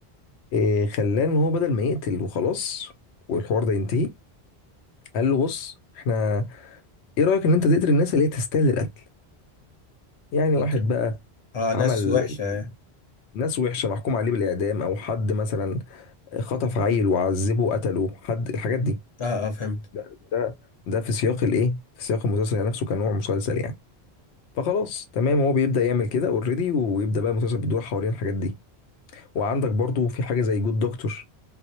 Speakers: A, on the left; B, on the left.
A: آه، خلاه إن هو بدل ما يقتل وخلاص والحوار ده ينتهي قال له بص احنا ايه رأيك ان انت تقتل الناس اللي هي تستاهل القتل يعني
B: فكرة
A: واحد بقى
B: اه
A: عمل
B: ناس وحشة يعني.
A: ناس وحشة محكوم عليه بالإعدام أو حد مثلا خطف عيل وعذبه وقتله حد الحاجات دي
B: اه اه فهمت
A: ده ده ده في سياق الإيه؟ في سياق المسلسل نفسه كنوع مسلسل يعني فخلاص تمام هو بيبدأ يعمل كده اوريدي ويبدأ بقى المسلسل بيدور حوالين الحاجات دي وعندك برضو في حاجة زي جود دكتور